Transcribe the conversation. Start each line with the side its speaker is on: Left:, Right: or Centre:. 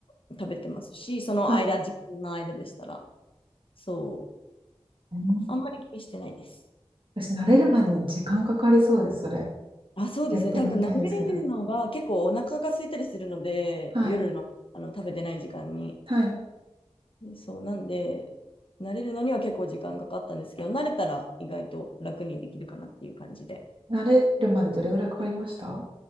Left: 食べてますし、その間、
Right: はい。
Left: 時間の間でしたら、そ
Right: うん
Left: う、あんまり気にしてないです。
Right: 私、慣れるまでに時間かかりそうです、それ。
Left: あ、そうですね。
Right: やってみたいですけど。
Left: 多分、舐めるのが結構お腹が空いたりするので、
Right: はい。
Left: 夜の、あの食べてない時間に。
Right: はい。
Left: でそう、なんで、慣れるのには結構時間かかったんですけど、慣れたら意外と楽にできるかなっていう感じで。
Right: 慣れるまでどれぐらいかかりました